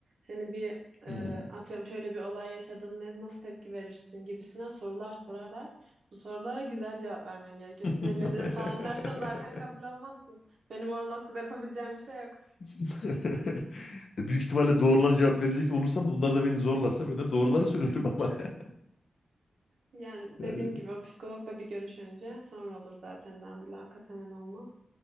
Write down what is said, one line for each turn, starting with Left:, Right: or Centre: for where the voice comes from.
Right: Seni bir e,
Left: Hı.
Right: atıyorum şöyle bir olay yaşadın ne, nasıl tepki verirsin gibisine sorular sorarlar. Bu sorulara güzel cevap vermen gerekiyor.
Left: <laughs>
Right: Sinirlenirim falan dersen zaten kabul olmazsın. Benim o noktada yapabileceğim bir şey yok.
Left: <laughs> Büyük ihtimalle doğruları cevap verecek olursam da onlar da beni zorlarsa ben de doğruları söylerim ama. <laughs>
Right: Yani
Left: Yani
Right: dediğim gibi o psikologla bir görüş önce sonra olur zaten daha mülakat hemen olmaz.